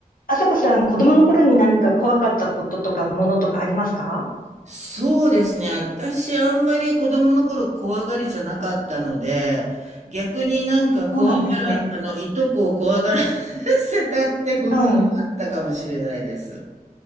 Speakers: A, on the left; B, on the right.
A: あさこさん、子供の頃に何か怖かったこととか、ものとかありますか
B: そうですね。私、あんまり子供の頃怖がりじゃなかったので、逆になんか怖がら、
A: そうなんですね。
B: あの、いとこを怖がら <laughs> せたってことがあったかもしれないです。
A: うん。